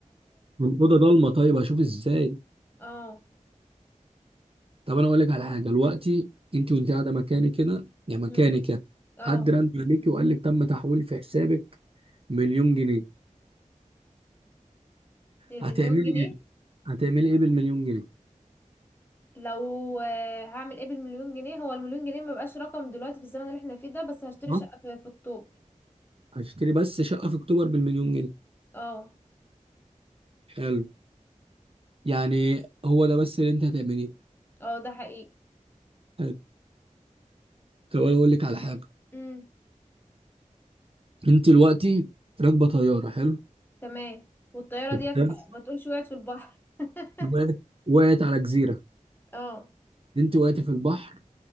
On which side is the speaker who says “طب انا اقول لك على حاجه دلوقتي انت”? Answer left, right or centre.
Right